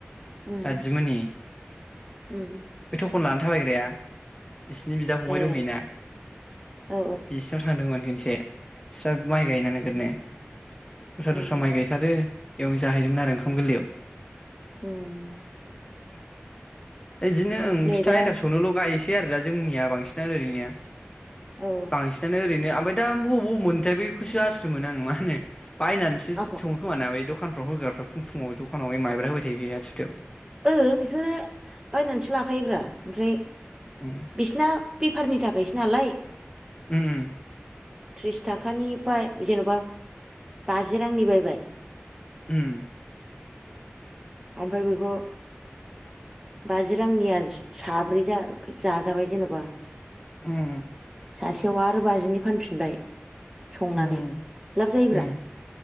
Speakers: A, on the right; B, on the left.
A: उम
B: दादिमोननि।
A: उम
B: बे थखन लानानै थाबायग्राया बिसिनि बिदा फंबाय
A: ए
B: दंहैयैना
A: औ
B: बिसिनाव थांदोंमोन। से स्रा। माइ गायना नागिर
A: उम
B: ने दस्रा
A: उम
B: दस्रा
A: उम
B: माइ गायसादो। बेयाव जाहैदोंमोन आरो ओंखाम गोरलैयाव
A: होम
B: <inaudible> बिदिनो ओं
A: नै
B: फिथा
A: दा
B: एन्थाब सौनोल गायोसै बे आरो दा जोंनिया बांसिनानो ओरैनिया
A: औ
B: बांसिनानो ओरैनो आमबाय दा बबाव बबाव मोनोथाय बैखौसो आसुरिद मोनो आङो मा होनो बायनानैसो
A: आख'
B: सङो खोमा बै दखान द'खानफ्राव होग्राफ्रा फुं फुंआव द'खानाव माइब्रा होबाय थायो बेयो आ सुथायाव।
A: ओ बिसोरो बायनानैसो लाखायोब्रा ओमफ्राय
B: उम
A: बिसिना बेपारनि थाखायसो नालाय।
B: उम ओ
A: थ्रिस थाखानि बाय जेनोबा बाजि रांनि बायबाय।
B: उम
A: ओमफाय बेखौ बाजि रांनिया साब्रै जा जाजाबाय जेनबा
B: उम
A: सासेआव आद आरो बाजिनि फानफिनबाय संनानै
B: उम
A: लाब जायोब्रा
B: उम